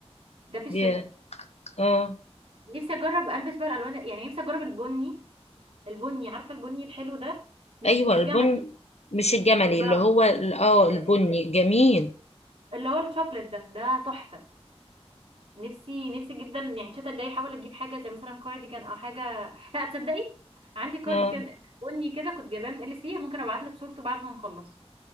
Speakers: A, on the right (about 60°); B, on the left (about 75°).
A: ده في الشتاء
B: يا اه
A: نفسي اجرب البس بقى الالوان يعني نفسي اجرب البني البني عارفه البني الحلو ده مش
B: أيوه
A: مش
B: البن
A: جمدي
B: مش الجملي
A: البراون
B: اللي هو ال- اه البني
A: آه، آه،
B: جميل
A: اللي هو الشوكليت ده ده تحفه نفسي نفسي جدا يعني الشتا الجاي احاول اجيب حاجه زي مثلا كارديجان او حاجه لا تصدقي عندي كارديجان
B: اه
A: بني كده كنت جايباه من ال سي ممكن ابعت لك صورته بعد ما نخلص